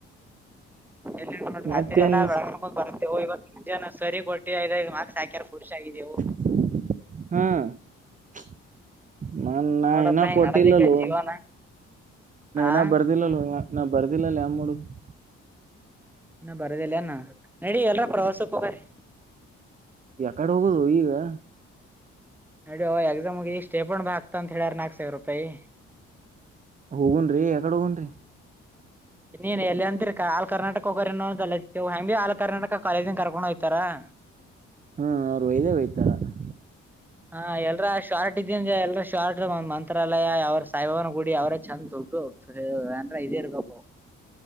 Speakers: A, in the centre; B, on the right (about 25°).
A: <inaudible> ರಾತ್ರಿ
B: ಮತ್ತೇನ್
A: ಎಲ್ಲಾ ಬೆಳಗನಾ ಕುಂತ ಬರ್ತೇವು ಇವತ್ತ ನಿಂದ ಏನೂ ಸರಿ ಕೊಟ್ಟಿ ಐದ ಐದ ಮಾರ್ಕ್ಸ್ ಸಾಕ್ಯರ್. <inaudible> ಖುಷಿ ಆಗಿದೆವು. <inaudible>
B: <inaudible> ಹಾ. <inaudible> <inaudible> ನನ್ನ
A: ನೋಡಪ್ಪ
B: ಇನ್ನ
A: ಹಿಂಗೆ
B: ಕೊಟ್ಟಿಲ್ಲ
A: ನಡೆದಕ್ಕೆ
B: ಅಲ್ಲೋ
A: ಜೀವನ
B: ನಾ
A: ಹಾಂ
B: ಇನ್ನ ಬರ್ದಿಲ್ಲ ಅಲ್ಲೋ. ನಾ ಬರ್ದಿಲ್ಲ ಅಲ್ಲ ಹೆಂಗ್ ಮಾಡೋದು. <inaudible>
A: ಇನ್ನ ಬರದಿಲ್ಲ ಏನ್ ನಡಿ ಎಲರ ಪ್ರವಾಸಕ್ಕೆ ಹೋಗನ. <inaudible>
B: ಎಕಡೆ ಹೋಗೋದು ಈಗ. <inaudible>
A: ನಡಿಯೋ ಎಕ್ಸಾಮ್ ಗೆ ಈಗ ಸ್ಟೇಪನ ಬ್ಯಾಗ್ ಹಾಕತಾ ಅಂತ ಹೇಳ್ಯಾರ ನಾಲ್ಕ ಸಾವಿರ ರೂಪಾಯಿ. <inaudible>
B: ಹೋಗನ್ರೀ ಎಕಡೆ ಹೋಗನ್ ರೀ. <inaudible>
A: ಇನ್ ಏನ್ ಎಲ್ಲಿ ಅಂತಿರಿಕಾ ಆಲ್ ಕರ್ನಾಟಕ ಹೋಗೋರ ಏನು <inaudible> ಆಲ್ ಕರ್ನಾಟಕ ಕಾಲೇಜಿಂದ ಕರ್ಕೊಂಡು ಹೋಗ್ತಾರ. <inaudible>
B: ಹ ಅವರ ಒಯದೇ ಒಯ್ತಾರ. <inaudible>
A: ಹಾ ಎಲ್ಲರ ಶಾರ್ಟ ಇದೆ ಅಂದ್ರೆ ಎಲ್ರ ಶಾರ್ಟ ಮಂತ್ರಾಲಯ ಯಾವ್ರ ಸಾಯಿ ಬಾಬಾನ ಗುಡಿ ಅವ್ರ ಚೆಂದ ದೊಡ್ಡು. <inaudible> ಸರಿ ಗ್ರೈಂಡರ ಐದೇ ಇರಬೇಕು. <inaudible>